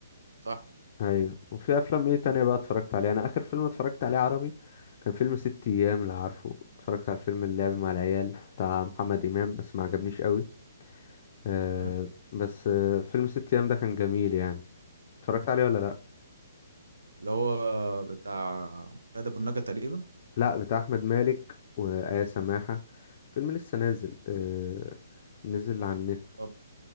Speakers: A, on the right; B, on the left.
A: صح
B: ايوه وفي أفلام ايه تانية بقى اتفرجت عليها أنا آخر فيلم اتفرجت عليه عربي كان فيلم ست أيام لو عارفه اتفرجت على الفيلم اللعب مع العيال بتاع محمد إمام بس ما عجبنيش قوي آه
A: مم.
B: بس آه فيلم ست أيام ده كان جميل يعني اتفرجت عليه ولا لأ
A: اللي هو بتاع كاد ابو النجا تقريبا
B: لا بتاع احمد مالك وآية سماحة فيلم لسه نازل آه نزل على النت
A: طب